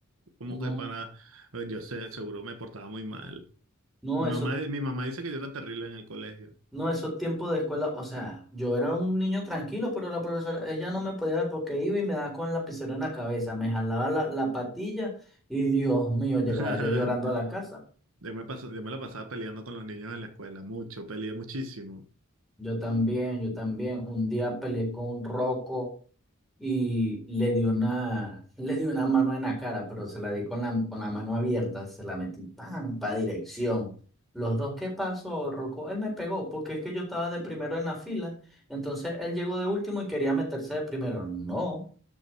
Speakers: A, on the right; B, in the centre.
A: como
B: no.
A: que para, eh, yo sé, seguro me portaba muy mal.
B: No,
A: Mi
B: eso,
A: mamá, mi mamá dice que yo era terrible en el colegio.
B: no, esos tiempos de escuela, o sea, yo era un niño tranquilo, pero la profesora, ella no me podía ver porque iba y me daba con el lapicero en la cabeza, me jalaba la, la patilla y Dios mío, llegaba
A: <laughs>
B: yo llorando a la casa.
A: Yo me pas- yo me la pasaba peleando con los niños en la escuela, mucho, peleé muchísimo.
B: Yo también, yo también, un día peleé con un roco. y le dio una, <laughs> le dio una mano en la cara, pero se la di con la, con la mano abierta, se la metí, ¡pam!, pa' dirección. Los dos, ¿qué pasó, Rocco? Él me pegó, porque es que yo estaba de primero en la fila, entonces él llegó de último y quería meterse de primero. No,